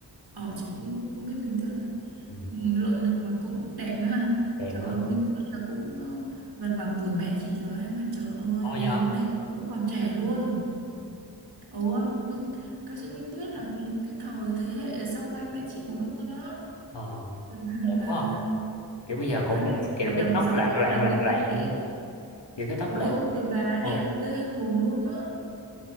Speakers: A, on the right (about 60°); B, on the left (about 80°).
A: ờ chị cũng cũng biết Minh Tuyết này
B: Ừ.
A: nội lực mà cũng đẹp đó ha
B: Đẹp
A: trời
B: nữa.
A: ơi Minh Tuyết là cũng ờ, gần bằng tuổi mẹ chị rồi ấy. mà trời ơi
B: Ồ
A: dáng
B: dạ.
A: đẹp vẫn còn trẻ luôn Ủa, Minh, ca sĩ Minh Tuyết là cái thời thế hệ sau ba mẹ chị một lúc thôi đó.
B: Ờ.
A: Là,
B: Đẹp
A: là
B: quá. à. Kiểu bây giờ cũng
A: ba mẹ
B: đẹp
A: chị
B: kiểu
A: là
B: cái
A: tầm
B: tóc
A: 6
B: lạng
A: ít
B: lạng
A: lần
B: lạng
A: Minh
B: lạng
A: Tuyết dễ.
B: kiểu cái tóc
A: Trời
B: lạng.
A: ơi, người bà đẹp
B: Ồ.
A: ghê hồn luôn á.